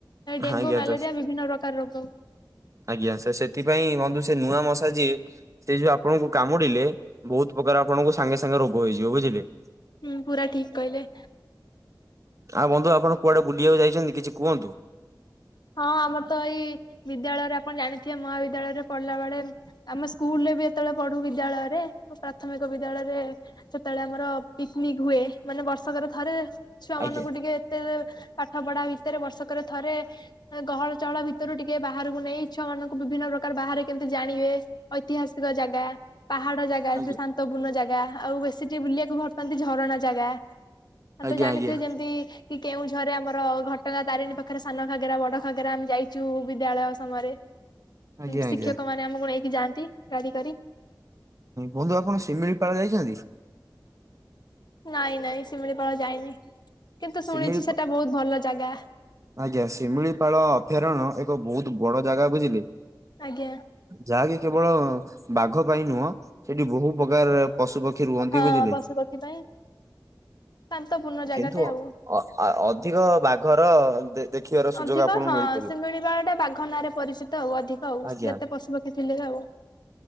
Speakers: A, on the left; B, on the right.
A: ଡେଙ୍ଗୁ
B: ଆଜ୍ଞା
A: ମ୍ୟାଲେରିଆ
B: ତ
A: ବିଭିନ୍ନ ପ୍ରକାର ରୋଗ ହୁଏ।
B: ଆଜ୍ଞା ସେ ସେଥିପାଇଁ ବନ୍ଧୁ ସେ ନୂଆ ମଶା ଯଏ ସେଇ ଯୋଉ ଆପଣଙ୍କୁ କାମୁଡିଲେ ବୋହୁତ ପ୍ରକାର ଆପଣଙ୍କୁ ସାଙ୍ଗେ ସାଙ୍ଗେ ରୋଗ ହେଇଯିବ ବୁଝିଲେ?
A: ହୁଁ ପୁରା ଠିକ୍ କହିଲେ।
B: ଆଉ ବନ୍ଧୁ ଆପଣ କୁଆଡେ ବୁଲିବାକୁ ଯାଇଛନ୍ତି କିଛି କୁହନ୍ତୁ?
A: ହଁ ଆମର ତ ଏଇ ବିଦ୍ୟାଳୟରେ ଆପଣ ଜାଣିଥିବେ ମହାବିଦ୍ୟାଳୟରେ ପଢିଲା ବେଳେ ଆମେ ସ୍କୁଲ ରେ ବି ଏତେବେଳେ ପଢୁ ବିଦ୍ୟାଳୟରେ ପ୍ରାଥମିକ ବିଦ୍ୟାଳୟରେ ସେତେବେଳେ ଆମର ପିକନିକ ହୁଏ ମାନେ ବର୍ଷକରେ ଥରେ ଛୁଆ
B: ଆଜ୍ଞା
A: ମାନଙ୍କୁ ଟିକେ ଏତେ ପାଠ ପଢା ଭିତରେ ବର୍ଷକରେ ଥରେ ଗହଳ ଚହଳ ଭିତରୁ ଟିକେ ବାହାରକୁ ନେଇ ଛୁଆ ମାନଙ୍କୁ ବିଭିନ୍ନ ପ୍ରକାର ବାହାରେ କେମିତି ଜାଣିବେ? ଐତିହାସିକ ଜାଗା ପାହାଡ ଜାଗା ଜାଗେ
B: ଆଜ୍ଞା
A: ଶାନ୍ତପୂର୍ଣ୍ଣ ଜାଗା ଆଉ ବେଶୀ ଟିକି ବୁଲିବାକୁ ଭଲ ପାନ୍ତି ଝରଣା ଜାଗା ହଁ
B: ଆଜ୍ଞା
A: ତ ଜାଣିଥିବ
B: ଆଜ୍ଞା
A: ଯେମିତି କି କେଉଁ ଝରେ ଆମର ଘଟଗାଁ ତାରିଣୀ ପାଖରେ ସାନ ଘାଗେରା ବଡ ଘାଘେରା ଆମେ ଯାଇଚୁ ବିଦ୍ୟାଳୟ ସମୟରେ
B: ଆଜ୍ଞା
A: ଶିକ୍ଷକ
B: ଆଜ୍ଞା
A: ମାନେ ସେ ଆମକୁ ନେଇକି ଯାନ୍ତି ଗାଡି କରି।
B: ବନ୍ଧୁ ଆପଣ ଶିମିଳିପାଳ ଯାଇଚନ୍ତି?
A: ନାଇଁ ନାଇଁ ଶିମିଳିପାଳ ଯାଇନି କିନ୍ତୁ ଶୁଣିଚି
B: ଶିମିଳିପା
A: ସେଟା ବୋହୁତ ଭଲ ଜାଗା।
B: ଆଜ୍ଞା ଶିମିଳିପାଳ ଅଭୟାରଣ୍ୟ ଏକ ବୋହୁତ ବଡ ଜାଗା ବୁଝିଲି।
A: ଆଜ୍ଞା।
B: ଯାହାକି କେବଳ ବାଘ ପାଇଁ ନୁହଁ ସେଠି ବୋହୁ ପ୍ରକାର ପଶୁପକ୍ଷୀ ରୁହନ୍ତି
A: ହଁ
B: ବୁଝିଲେ
A: ପଶୁ ପକ୍ଷୀ ପାଇଁ ଶାନ୍ତପୂର୍ଣ୍ଣ ଜାଗାଟେ
B: କିନ୍ତୁ
A: ଆଉ
B: ଅ ଆ ଅଧିକ ବାଘର ଦେଖିବାର ସୁଯୋଗ
A: ଅଧିକ
B: ଆପଣଙ୍କୁ
A: ହଁ
B: ମିଳିପାରିବ
A: ସିମିଳିପାଳ ଟା ବାଘ ନାଁରେ ପରିଚିତ ଆଉ ଅଧିକ ଆଉ
B: ଆଜ୍ଞା।
A: ଯେତେ ପଶୁପକ୍ଷୀ ଥିଲେ ବି ଆଉ